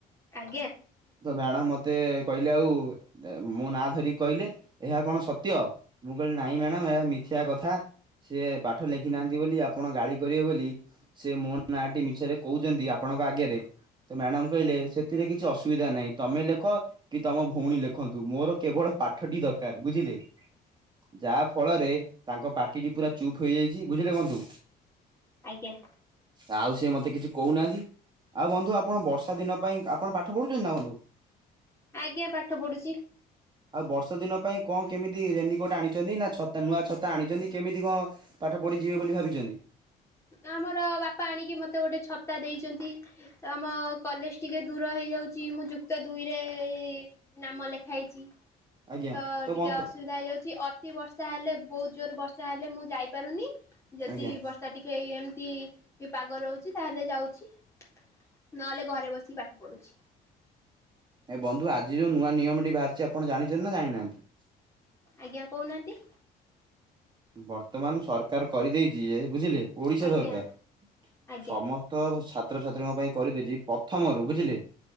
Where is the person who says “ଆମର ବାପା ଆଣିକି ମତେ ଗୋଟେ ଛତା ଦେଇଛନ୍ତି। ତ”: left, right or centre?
Left